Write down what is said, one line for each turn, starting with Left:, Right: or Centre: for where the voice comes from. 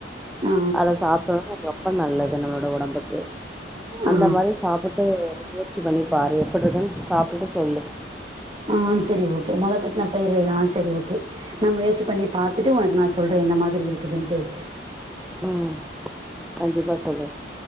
Right: ஆ
Centre: அத சாப்ட்டோனா ரொம்ப நல்லது நம்மோட ஒடம்புக்கு
Right: ஆ
Centre: அந்த மாறி சாப்பிட்டு முயற்சி பண்ணிப்பாரு எப்டி இருக்குன்னு சாப்ட்டுட்டு சொல்லு
Right: ஆ செரி ஓகே மொள கட்ன பயிரு ஆ செரி ஓகே நா முயற்சி பண்ணி பாத்துட்டு ஒனக்கு நா சொல்றே எந்த மாதிரி இருக்குதுன் டேஸ்ட்டு
Centre: ம் கண்டிப்பா சொல்லு